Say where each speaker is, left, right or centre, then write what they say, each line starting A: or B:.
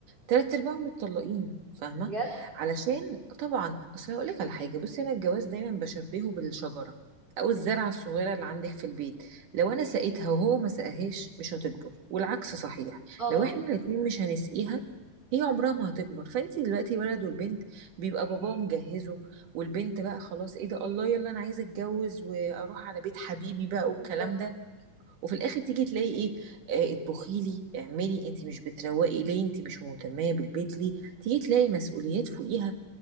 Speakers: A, on the right; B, on the right.
A: تلات ارباعهم متطلقين فاهمه
B: بجد
A: علشان طبعا اصل هقول لك على حاجه بصي انا الجواز دايما بشبهه بالشجره او الزرعه الصغيره اللي عندك في البيت لو انا سقيتها وهو ما سقاهاش مش هتكبر والعكس صحيح
B: اه
A: لو
B: طبعا
A: احنا الاتنين مش هنسقيها هي عمرها ما هتكبر فانت دلوقتي الولد والبنت بيبقى باباه مجهزه والبنت بقى خلاص ايه ده الله يلا انا عايزه اتجوز واروح على بيت حبيبي بقى
B: بالظبط
A: والكلام ده وفي الاخر تيجي تلاقي ايه آه، اطبخي لي اعملي انت مش بتروقي ليه انت مش مهتمه بالبيت ليه تيجي تلاقي مسؤوليات فوقيها